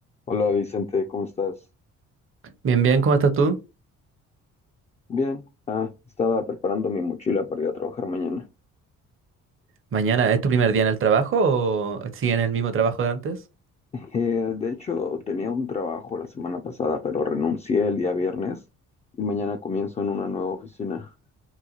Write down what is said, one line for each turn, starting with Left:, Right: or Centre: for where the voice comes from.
Left: Hola Vicente, ¿cómo estás?
Right: Bien, bien, ¿cómo estás tú?
Left: Bien. Ah, estaba preparando mi mochila para ir a trabajar mañana.
Right: Mañana, ¿es tu primer día en el trabajo o siguen el mismo trabajo de antes?
Left: <laughs> Eh, de hecho, tenía un trabajo la semana pasada, pero renuncié el día viernes y mañana comienzo en una nueva oficina.